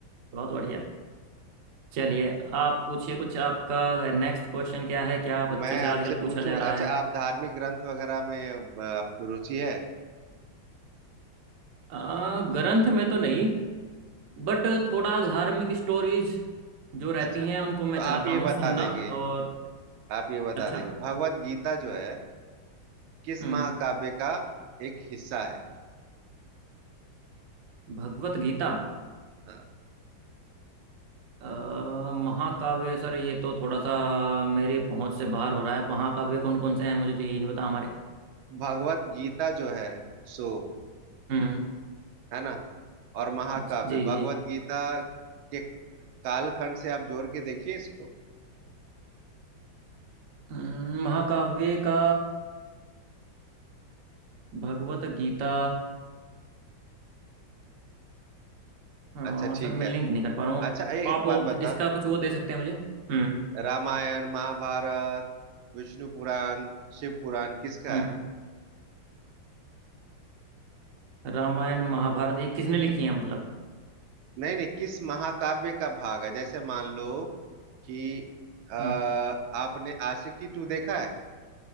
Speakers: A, on the right (about 60°); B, on the right (about 85°).
A: बहुत बढ़िया चलिए आप पूछिए कुछ आपका नेक्स्ट क्वेश्चन क्या है क्या बच्चों
B: मैं
A: से
B: आपसे
A: आजकल पूछा
B: पूछूंगा
A: जा रहा
B: अच्छा
A: है
B: आप धार्मिक ग्रंथ वगैरह में अ, आपको रुचि है
A: आ, ग्रंथ में तो नहीं बट थोड़ा धार्मिक स्टोरीज जो रहती
B: अच्छा तो
A: हैं उनको मैं
B: आप
A: चाहता
B: ये
A: हूँ
B: बता
A: सुनना
B: देंगे
A: और
B: आप ये बता
A: अच्छा
B: देंगे भगवत गीता जो है किस
A: हम्म
B: महाकाव्य का एक हिस्सा है
A: भगवत गीता
B: हाँ
A: अ, महाकाव्य सर ये तो थोड़ा सा मेरी पहुंच से बाहर हो रहा है महाकाव्य कौन कौन से हैं मुझे तो यही नहीं पता हमारे
B: भगवत गीता जो है सो
A: हम्म
B: है ना और महाकाव्य
A: जी जी जी।
B: भगवत गीता के कालखंड से आप जोड़ के देखिए इसको
A: हम्म, महाकाव्य का भगवत गीता हाँ
B: अच्छा ठीक
A: सर मैं
B: है
A: लिंक नहीं कर पा रहा हूँ
B: अच्छा ए,
A: तो
B: एक
A: आप वो
B: बात बता
A: इसका कुछ वो दे सकते हैं मुझे हम्म
B: रामायण महाभारत विष्णु पुराण शिव पुराण किसका
A: हम्म
B: है
A: रामायण महाभारत ये किसने लिखी है मतलब
B: नहीं नहीं किस महाकाव्य का भाग है जैसे मान लो कि अ,
A: हम्म
B: आपने आशिकी टू देखा है